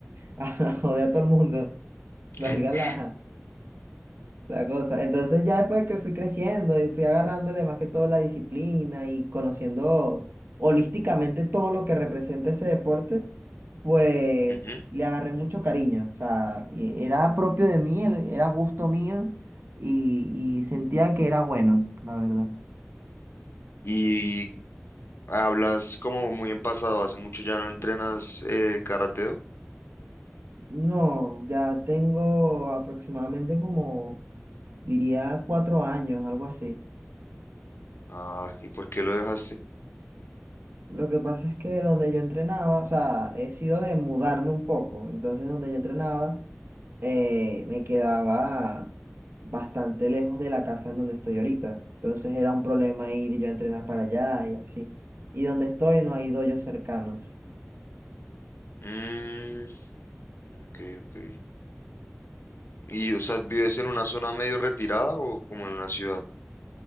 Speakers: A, on the right (about 60°); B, on the left (about 65°).
A: a <laughs> joder a todo el mundo,
B: <laughs>
A: valga la, la cosa. Entonces ya después que fui creciendo y fui agarrándole más que todo la disciplina y conociendo holísticamente todo lo que representa ese deporte, pues
B: Ujú.
A: le agarré mucho cariño. O sea, y era propio de mí, era gusto mío y, y sentía que era bueno, la verdad.
B: Y hablas como muy en pasado, hace mucho ya no entrenas eh, karateo.
A: No, ya tengo aproximadamente como, diría, cuatro años, algo así.
B: Ah, ¿y por qué lo dejaste?
A: Lo que pasa es que donde yo entrenaba, o sea, he sido de mudarme un poco. Entonces, donde yo entrenaba, eh, me quedaba bastante lejos de la casa en donde estoy ahorita. Entonces, era un problema ir yo a entrenar para allá y así. Y donde estoy no hay doyos cercanos.
B: Mm, ok, ok. ¿Y, o sea, vives en una zona medio retirada o como en una ciudad?